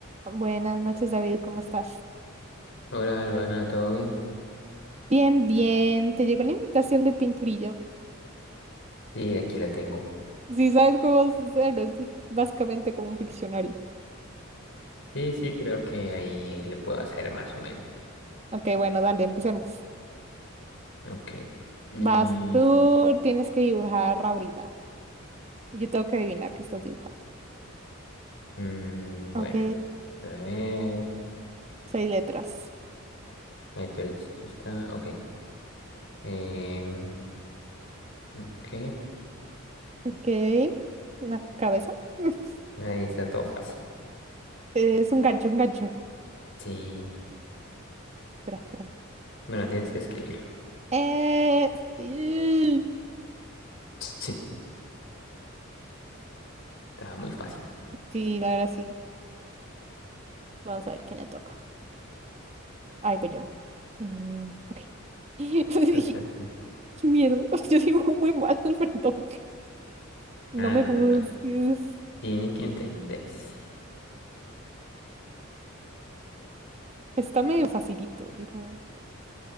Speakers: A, on the right; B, on the left.
A: Buenas noches, David, ¿cómo estás?
B: Hola, Albana, ¿todo bien?
A: Bien, bien, te llegó la invitación de pinturillo.
B: Sí, aquí la tengo.
A: Si sabes cómo hacerlo, es básicamente como un Pictionary.
B: Sí, sí, creo que ahí le puedo hacer más o menos.
A: Ok, bueno, dale, empecemos.
B: Ok. Mm,
A: Vas, tú tienes que dibujar ahorita. Y Yo tengo que adivinar qué estás dibujando.
B: mm,
A: Ok,
B: bueno, a ver.
A: seis letras.
B: Ay, pero esto está. Ok. Em, ok.
A: Ok, una cabeza. <laughs>
B: Ahí está todo fácil.
A: Es un gancho, un gancho.
B: Sí.
A: Espera, espera. espera.
B: Bueno, tienes que escribirlo.
A: Eh, sí.
B: <laughs> Sí, está muy fácil.
A: Sí, ahora sí. Vamos a ver quién le toca. Ahí voy yo. Eh, ok. <laughs>
B: Todo es para ti.
A: Qué miedo. <laughs> Yo dibujo muy mal, <laughs> perdón. No
B: Ah,
A: me
B: no,
A: juzgues.
B: no, no. Tiene que entenderse.
A: Está medio facilito, dijo.